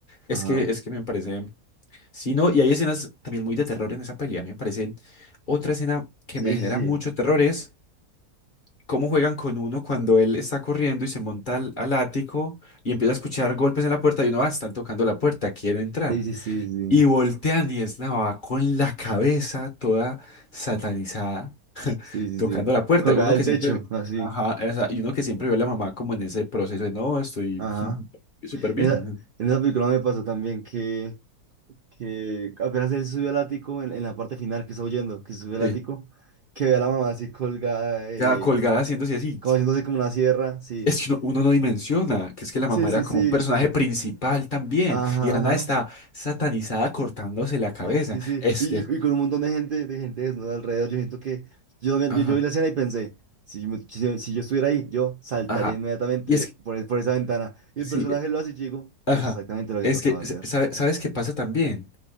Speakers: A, on the right; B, on the left.
A: Ajá.
B: Es que, es que me parece, sí, no, y hay escenas también muy de terror en esa peli. A mí me parece otra escena que
A: Sí,
B: me genera
A: sí, sí.
B: mucho terror es cómo juegan con uno cuando él está corriendo y se monta al, al ático y empieza a escuchar golpes en la puerta y uno, ah, están tocando la puerta, quiere entrar.
A: Sí, sí, sí, sí.
B: Y voltean y es Nava con la cabeza toda satanizada,
A: Sí, sí,
B: tocando
A: sí.
B: la puerta.
A: Colgada
B: Uno
A: del
B: que siempre,
A: techo, así.
B: ajá, esa- y uno que siempre vio a la mamá como en ese proceso de no, estoy
A: Ajá.
B: <laughs> súper bien.
A: En esa, en esa película me pasó también que, que apenas él subió al ático, en, en la parte final que está huyendo, que se sube al
B: Sí,
A: ático, que ve a la mamá así colgada, eh,
B: ya colgada haciéndose así.
A: como haciéndose como una sierra, sí.
B: Es que uno, uno no dimensiona, que es que la
A: Sí,
B: mamá
A: sí,
B: era como
A: sí.
B: un personaje principal también.
A: Ajá,
B: Y de la
A: ajá.
B: nada está satanizada cortándose la cabeza.
A: Sí, sí,
B: Es
A: y,
B: que,
A: y- y con un montón de gente, de gente desnuda alrededor, yo siento que yo, también-
B: ajá,
A: yo, yo vi la escena y pensé, si yo, me- si, si yo estuviera ahí, yo saltaría
B: ajá.
A: inmediatamente
B: Y es que,
A: por, e- por esa ventana. Y el
B: sí,
A: personaje lo hace y yo digo,
B: ajá.
A: es exactamente lo que
B: Es
A: tocaba
B: que,
A: hacer.
B: ¿sabe- ¿sabes qué pasa también?